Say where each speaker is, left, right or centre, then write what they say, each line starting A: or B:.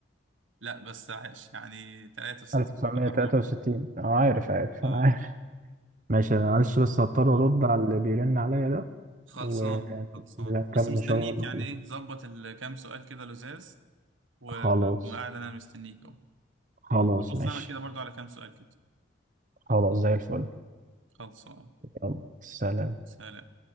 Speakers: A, on the right (about 85°); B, on the right (about 40°).
A: لا بس عاش يعني 63
B: ألف تسعمية
A: قربت
B: تلاتة وستين أه عارف عارف
A: اه
B: أنا عارف ماشي انا معلش بس هضطر
A: قربت
B: ارد على اللي بيرن عليا ده
A: خلصانه
B: ونكمل
A: خلصانه بس مستنيك
B: ان شاء الله
A: يعني ايه ظبط الكام سؤال كده لزاز و-
B: خلاص
A: وقاعد انا مستنيك اهو
B: خلاص
A: بص
B: ماشي
A: انا كده برضو على كام سؤال كده
B: خلاص زي الفل
A: خلصانه
B: يلا سلام
A: سلام